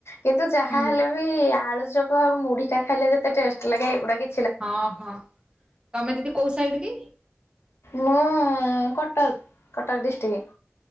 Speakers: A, on the left (about 75°); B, on the right (about 20°).
A: କିନ୍ତୁ ଯାହା
B: ହୁଁ
A: ହେଲେ ବି ଆଳୁଚପ ଆଉ ମୁଢ଼ି ଟା ଖାଇଲେ ଯେତେ ଟେଷ୍ଟ ଲାଗେ ଏଗୁଡ଼ା କି
B: ହଁ ହଁ ତମେ ଦିଦି କୋଉ ସାଇଡ୍ କି?
A: ମୁଁ କଟକ୍ କଟକ୍ ଡିଷ୍ଟ୍ରିକ୍।